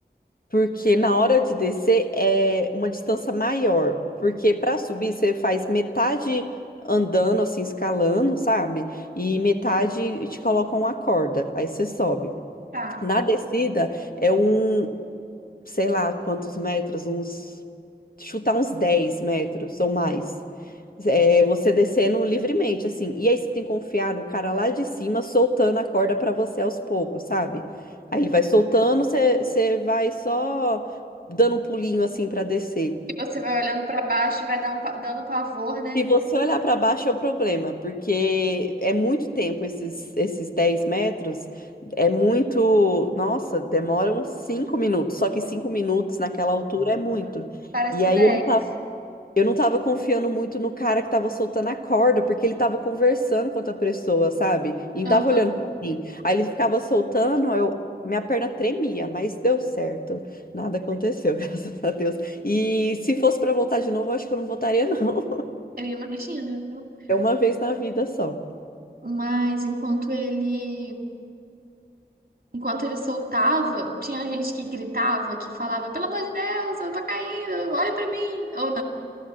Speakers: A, on the left; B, on the right.
A: porque na hora de descer é uma distância maior, porque para subir você faz metade andando assim, escalando, sabe? E metade te colocam uma corda, aí você sobe.
B: Tá.
A: Na descida é um, sei lá quantos metros, uns, chutar uns 10 metros ou mais. É, você descendo livremente, assim. E aí você tem que confiar no cara lá de cima soltando a corda pra você aos poucos, sabe? Aí ele vai soltando, você você vai só dando um pulinho assim pra descer.
B: E você vai olhando pra baixo e vai dar um pa- dando um pavor, né?
A: Se você olhar para baixo é o problema, porque é muito tempo esses, esses 10 metros, é muito. Nossa, demoram 5 minutos, só que 5 minutos naquela altura é muito.
B: Caramba. Parece
A: E aí
B: Dex.
A: eu não tava, eu não tava confiando muito no cara que tava soltando a corda, porque ele tava conversando com outra pessoa, sabe? E não
B: Aham,
A: tava olhando pra mim. Aí ele ficava soltando, aí eu. Minha perna tremia, mas deu certo. Nada aconteceu, <laughs> graças a Deus. E se fosse para voltar de novo, eu acho que eu não voltaria, não.
B: eu imagino. viu?
A: É uma vez na vida só.
B: Mas enquanto ele, enquanto ele soltava, tinha gente que gritava, que falava, pelo amor de Deus, eu tô caindo, olha pra mim. Ou não.